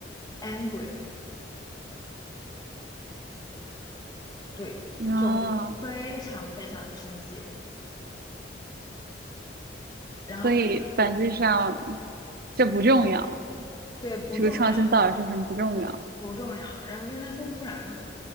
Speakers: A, on the left (about 20°); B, on the right (about 55°).
A: angry 了，对，
B: 啊，
A: 就非常非常的生气。然后他说，
B: 所以本质上这不重要，
A: 对，对不重要，
B: 这个创新到底是什么不重要。
A: 不重要。然后因为他说不出来嘛，